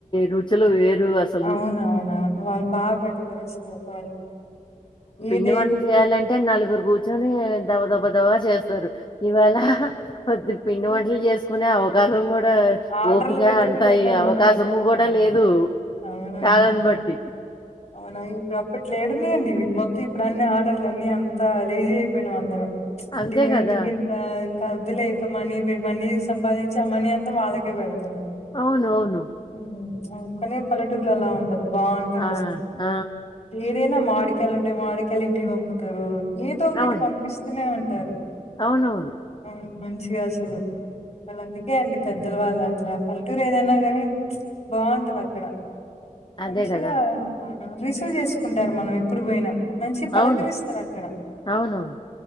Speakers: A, on the left; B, on the left.
A: రుచులు వేరు అసలు.
B: అవునవునవును వాళ్ళు బాగా పెడ తారసలు వాళ్ళు ఏది
A: ఎన్ని వంట చేయాలంటే నలుగురు కూర్చొని దబ దబ దబ చేస్తారు. ఇవాళ కొద్దిగ పిండి వంటలు చేసుకునే అవకాశం గుడ గా
B: ఆర్డర్లు
A: ఓపిక
B: పెట్టుకుంటున్నాం
A: అంతా ఇగ అవకాశము
B: మనం
A: గుడ
B: ఆ!
A: లేదు.
B: అవునవును
A: కాలన్నీ బట్టి
B: అవునా ఇప్పుడు అప్పట్ లేడున్నాయండి ఇవి మొత్తం ఇప్పుడు అన్ని ఆర్డర్లు అన్ని అంతా లేజీ అయిపోయినాం అందరం. ప్చ్
A: అంతే
B: దీ
A: కదా!
B: ఎందుకు ఇంత కర్దులే ఇక మనీ దే మనీ సంపాదించి అమ్మనీ అంతా వాళ్ళకే పెడుతున్నాం.
A: అవును. అవును.
B: ఉమ్ ప్చ్ అదొక్కనే పల్లెటూరులల్లా ఉండదు బాగుంటదసలు.
A: ఆ! ఆ
B: దేనా మాడికాయలు ఉంటె, మాడికాయలు ఇంటికి పంపుతరు. ఏదో ఒకటి
A: అవును.
B: పంపిస్తూనే ఉంటారు,
A: అవునవును.
B: అ మంచిగా అసలు వాళ్ళ అందుకే అండి పెద్దలు వాళ్ళ అట్లా పల్లెటూరు ఏదన్నా గని ప్చ్ బాగుంటది అక్కడ మంచిగా
A: అదే గదా!
B: రిసీవ్ చేసుకుంటారు మనం ఎప్పుడు పోయినా. మంచిగ పలకరిస్తారు
A: అవును.
B: అక్కడ.
A: అవునవును.